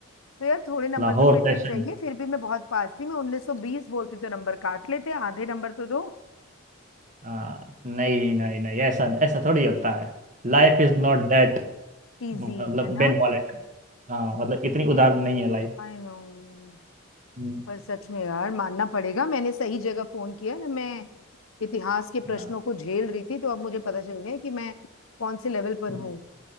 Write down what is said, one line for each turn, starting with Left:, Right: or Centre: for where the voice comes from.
Left: तो यार थोड़े नंबर
Right: लाहौर
Left: तो मिलने
Right: सेशन
Left: चाहिए फिर भी मैं बहुत पास थी मैं 1920 बोलती तो नंबर काट लेते आधे नंबर तो दो
Right: हाँ, नहीं नहीं नहीं ऐसा ऐसा थोड़ी होता है लाइफ इज नॉट डेट
Left: इजी
Right: मतलब
Left: है ना
Right: बेन वॉलेट हाँ मतलब इतनी उदार नहीं है
Left: I know
Right: लाइफ
Left: पर सच में यार मानना पड़ेगा मैंने सही जगह फोन किया जब मैं इतिहास के प्रश्नों
Right: हाँ,
Left: को झेल रही थी तो अब मुझे पता चल गया कि मैं कौन से लेवल पर
Right: हम्म,
Left: हूँ